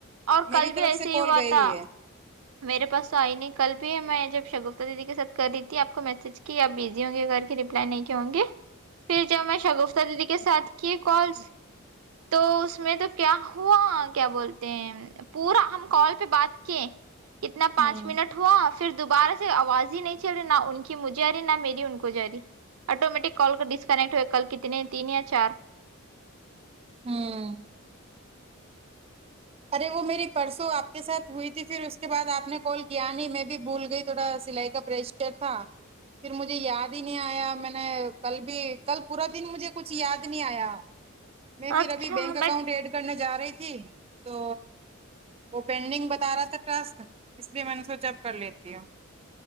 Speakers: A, on the right; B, on the right.
A: اور
B: میری
A: کل
B: طرف
A: بھی ایسے
B: سے
A: ہی
B: کال
A: ہوا
B: گئی
A: تھا
B: ہے
A: میرے پاس تو آئی نہیں کل بھی ہے میں جب شگفتہ دیدی کے ساتھ کر رہی تھی آپ کو میسج کی آپ بزی ہوں گے گھر رپلائی نہیں کی ہوں گی پھر جب میں شگفتہ دیدی کے ساتھ کی کالس تو اس میں تو کیا ہوا کیا بولتے ہیں پورا ہم کال پہ بات کیے اتنا پانچ
B: ہوں
A: منٹ ہوا آپ پھر دوبارہ سے آواز ہی نہیں چل رہی نہ ان کی مجھے آرہی نہ میری ان کو جا رہی آٹومیٹک کال کا ڈسکنیکٹ ہوئے کل کتنے تین یا چار
B: ہوں ارے وہ میری پرسوں آپ کے ساتھ ہوئی تھی پھر اس کے بعد آپ نے کال کیا نہیں میں بھی بھول گئی تھوڑا سلائی کا پریش چفا پھر مجھے یاد ہی نہیں آیا میں نے کل بھی کل پورا دن مجھے کچھ یاد نہیں آیا میں فھر
A: اچھا
B: ابھی بینک
A: میں
B: اکاؤنٹ ایڈ کرنے جا رہی تھی تو وہ پینڈنگ بتا رہا تھا ٹرسک اس لیے میں نے سوچ اپ کر لیتی ہوں